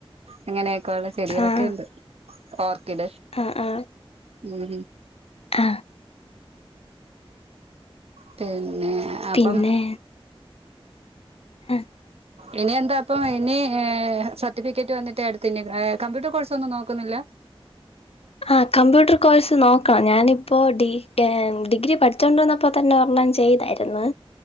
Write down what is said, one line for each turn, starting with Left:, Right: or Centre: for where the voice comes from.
Right: അങ്ങനെയൊക്കെ ഒള്ള ചെടികളൊക്കെയുണ്ട്
Left: ആഹ്
Right: ഓർക്കിഡ്
Left: ആഹ് അഹ്
Right: ഉം
Left: ആഹ്
Right: പിന്നെ അപ്പം
Left: പിന്നെ ആ
Right: ഇനി എന്താ അപ്പൊ ഇനി ഏഹ് സർട്ടിഫിക്കെറ്റ് വന്നിട്ടെ അട്ത്തെ ഇനി കമ്പ്യൂട്ടർ കോഴ്സാെന്നും നോക്കുന്നില്ല
Left: ആഹ് കമ്പ്യൂട്ടർ കോഴ്സ് നോക്കണം ഞാനിപ്പോ ഡി കേം ഡിഗ്രി പഠിച്ചോണ്ടിരുന്ന അപ്പൊ തന്നെ ഒരെണ്ണം ചെയ്തായിര്ന്ന്